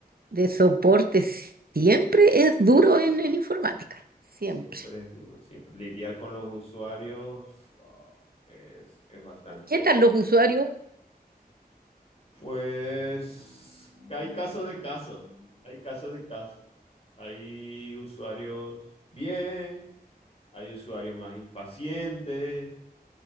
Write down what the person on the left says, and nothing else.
siempre es duro, siempre lidiar con los usuarios, wow, es, es bastante
Pues hay casos de casos, hay casos de casos. Hay usuarios bien, hay usuarios más impacientes,